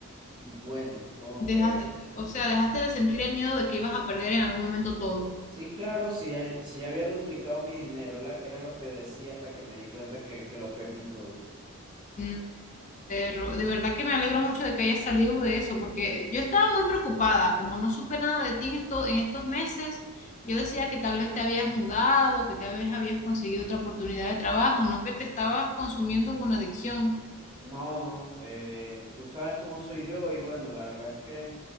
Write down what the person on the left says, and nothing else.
Dejas,
o sea, dejaste de sentir el miedo de que ibas a perder en algún momento todo.
Mm, Pero de verdad que me alegro mucho de que hayas salido de eso, porque yo estaba muy preocupada, como no supe nada de ti en esto, en estos meses, yo decía que tal vez te habías mudado, que tal vez habías conseguido otra oportunidad de trabajo, no que te estabas consumiendo en una adicción.